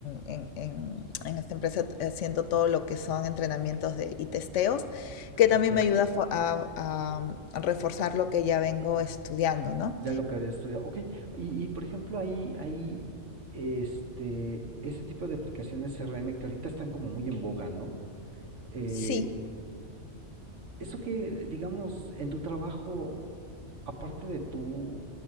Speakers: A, on the left (about 85°); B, on the right (about 80°).
A: en- en- en esta empresa haciendo todo lo que son entrenamientos de, y testeos, que
B: ok,
A: también me ayuda a, fo- a- a a reforzar lo que ya vengo estudiando, ¿no?
B: ya lo que había estudiado. Ok, y, y por ejemplo, ahí, ahí, este, ese tipo de aplicaciones CRM que ahorita están como muy en boga, ¿no? Eh,
A: Sí,
B: eso que, digamos, en tu trabajo aparte de tú